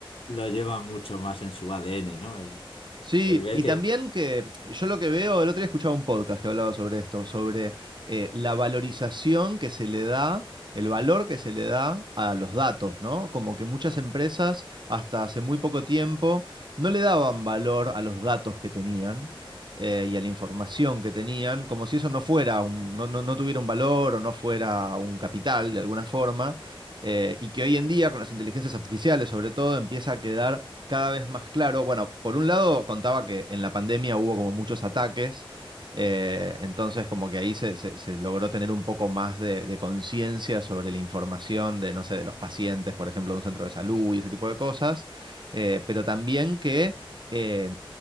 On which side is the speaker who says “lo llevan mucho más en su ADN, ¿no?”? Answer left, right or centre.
Left